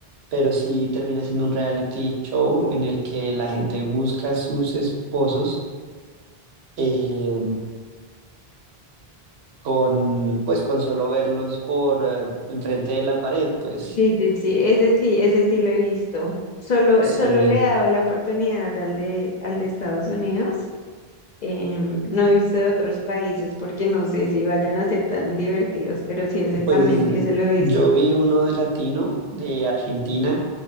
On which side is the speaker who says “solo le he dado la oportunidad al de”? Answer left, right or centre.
Left